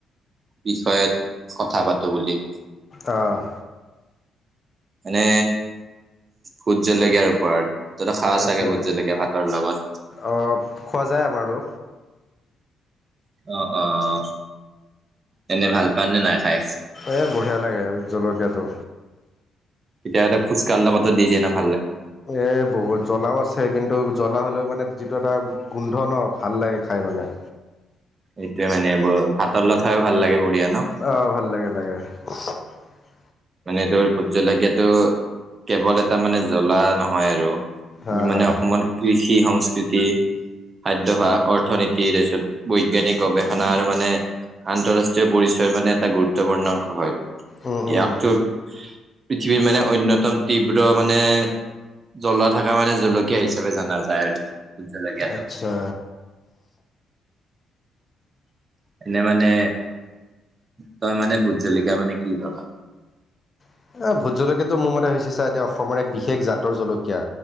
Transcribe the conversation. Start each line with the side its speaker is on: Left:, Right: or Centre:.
Right: বিষয়ত কথা পাতো বুলি
Left: অ'।
Right: মানে ভোট জলকীয়াৰ ওপৰত তইতো খাৱ
Left: আচ্ছা।
Right: চাগে ভোট জলকীয়া ভাতৰ লগত!
Left: অ', খোৱা যায় আমাৰো।
Right: অ' অ' অ' এনে ভাল পাৱনে নাই? খাই
Left: এ বঢ়িয়া লাগে জলকীয়াটো।
Right: তেতিয়া হয়তো ফুচকাৰ লগতো দি দিয়ে ন'হ!
Left: এ বহুত জ্বলাও আছে, কিন্তু জ্বলা হ'লেও মানে যিটো এটা গোন্ধ ন! ভাল লাগে খাই পেলাই
Right: এইটোৱে মানে, ভাতৰ লগত খায়ো ভাল লাগে বঢ়িয়া ন?
Left: অ', ভাল <unintelligible>
Right: মানে তোৰ ভোট জলকীয়াটো, কেৱল এটা মানে জ্বলা নহয় আৰু!
Left: হা
Right: ই মানে
Left: হা।
Right: অসমত কৃষি, সংস্কৃতি খাদ্যভাৰ, অৰ্থনীতি তাৰপিছত বৈজ্ঞানিক গৱেষণা আৰু মানে আন্তঃৰাষ্ট্ৰীয় পৰিচয় মানে এটা গুৰুত্বপূৰ্ণ অংশ হয়।
Left: উম, উম,
Right: ইয়াকতো পৃথিৱীৰ মানে অন্যতম তীব্ৰ মানে। জ্বলা থকা মানে জলকীয়া হিচাপে জানা যায় আৰু! ভোট জলকীয়াটো
Left: আচ্ছা।
Right: এনে মানে তই মানে ভোট জলকীয়া মানে কি ভাবা
Left: এ ভোট জলকীয়াটো মোৰ মতে হৈছে ছা এতিয়া অসমৰ এক বিশেষ জাতৰ জলকীয়া